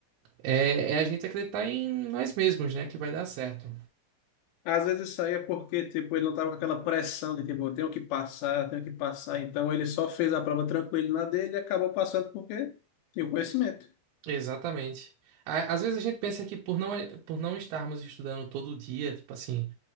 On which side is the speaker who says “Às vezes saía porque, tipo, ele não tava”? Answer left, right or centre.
Left